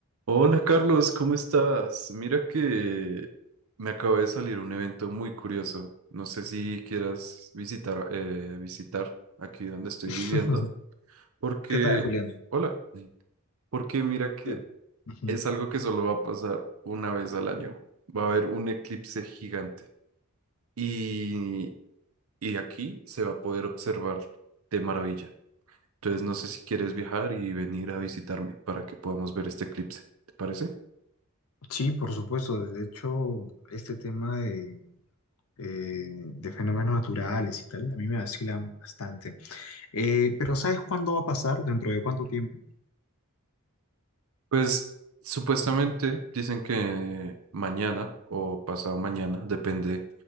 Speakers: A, on the right; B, on the left.
A: Hola Carlos, ¿cómo estás? Mira que me acaba de salir un evento muy curioso. No sé si quieras visitar, eh, visitar aquí donde estoy
B: <laughs>
A: viviendo, porque,
B: ¿Qué tal, Julián?
A: hola, Mm. porque mira que
B: Sí. Ujú.
A: es algo que solo va a pasar una vez al año. Va a haber un eclipse gigante y, y aquí se va a poder observar de maravilla. Entonces no sé si quieres viajar y venir a visitarme para que podamos ver este eclipse. ¿Te parece?
B: Sí, por supuesto. De hecho, este tema de, eh, de fenómenos naturales y tal, a mí me vacila bastante. Eh, pero ¿sabes cuándo va a pasar? ¿Dentro de cuánto tiempo?
A: Pues supuestamente dicen que mañana o pasado mañana, depende